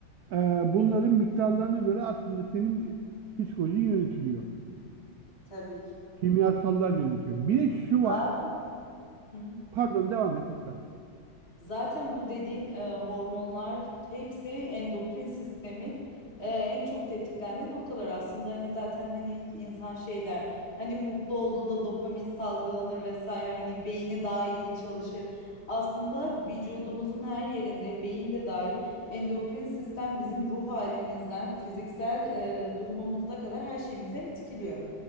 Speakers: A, on the right; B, on the left.
A: E, bunların miktarlarına göre aslında senin e, psikolojin yönetiliyor.
B: Tabii ki.
A: Kimyasallar yönetiyor. Bir de şu var.
B: Zaten Hı hı.
A: Pardon devam et lütfen.
B: Zaten bu dediğin e, hormonlar hepsi endokrin sistemin e, en çok tetiklendiği noktalar aslında hani zaten hani insan şey der hani mutlu olduğunda dopamin salgılanır vesaire hani beyni daha iyi çalışır. Aslında vücudumuzun her yerinde beyin de dahil endokrin sistem bizim ruh halimizden fiziksel e, durumumuza kadar her şeyimize etkiliyor.